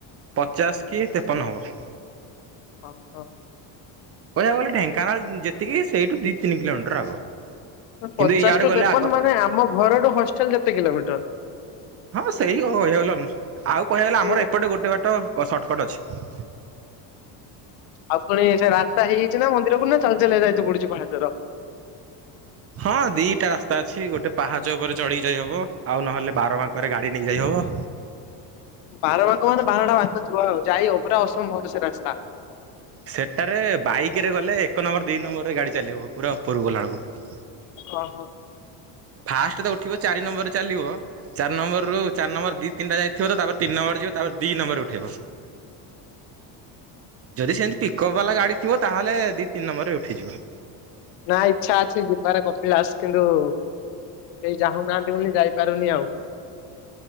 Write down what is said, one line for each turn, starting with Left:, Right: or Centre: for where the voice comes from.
Right: ପଚାଶ କି ତେପନ ହେବ।
Left: ହଁ ହଁ।
Right: କହିବାକୁ ଗଲେ ଢେଙ୍କାନାଳ ଯେତିକି ସେଇଠୁ ଦିଇ ତିନି କିଲୋମିଟର ଆଗ। କିନ୍ତୁ
Left: ପଚାଶ
Right: ଇଆଡ଼େ
Left: ଟୁ
Right: ଗଲେ
Left: ତେପନ
Right: ଆଗ
Left: ମାନେ
Right: ପଡ଼େ
Left: ଆମ ଘରଠୁ ହଷ୍ଟେଲ କେତେ କିଲୋମିଟର?
Right: ହଁ ସେଇ କଆଗଲା ଆଉ କହିବାଆ ଗଲା
Left: ଉଁ
Right: ଆମର ଏପଟେ ଗୋଟେ ବାଟ ସର୍ଟକଟ ଅଛି
Left: ଆଉ ପୁଣି ସେ ରାସ୍ତା ହେଇଯାଇଛି ନା ମନ୍ଦିର କ ନା ଚାଲି ଚାଲି ଯାଇତ ପଡୁଛି ପାହାଚର
Right: ହଁ ଦିଟା ରାସ୍ତା ଅଛି ଗୋଟେ ପାହାଚ ଉପରେ ଚଢିକି ଯାଇ ହବ ଆଉ ନହେଲେ ବାର ମାଙ୍କରେ ଗାଡି ନେଇ ଯାଇ ହବ
Left: ବାର ମାଙ୍କ ମାନେ ବାରଟା ବାଙ୍କ ଥିବ ଆଉ ଯାଇ ପୁରା ଅସମ୍ଭବ ସେ ରାସ୍ତା
Right: ସେଠାରେ ବାଇକ ରେ ଗଲେ ଏକ ନମ୍ବର ଦିଇ ନମ୍ବର ରେ ଗାଡି ଚାଲିିବ ପୁରା ଉପରକୁ ଗଲା ବେଳକୁ
Left: ହଁ ହଁ
Right: ଫାଷ୍ଟ ତ ଉଠିବ ଚାରି ନମ୍ବର ରେ ଚାଲିବ ଚାର ନମ୍ବରରୁ ଚାରିମ୍ର ଦି ତିନିା ଯାଇଥିବ ତ ତାପରେ ତିନ ନମ୍ବର ଯିବ ତାପ ଦି ନମ୍ବରରେ ଉେଇବ <unintelligible> ଯଦି ସେମିତି ପିକଅପ୍ ବାଲା ଗାଡ଼ି ଥିବ ତାହେଲେ ଦୁଇ ତିନି ନମ୍ବରେ ଉିଯିବ
Left: ନା ଇଚ୍ଛା ଅଛି ଯିବାରେ କପିଳା ଦାସ କିନ୍ତୁ ସେଇ ଚାହୁଁନାହାନ୍ତି ବୋଲି ଯାଇପାରୁନି ଆଉ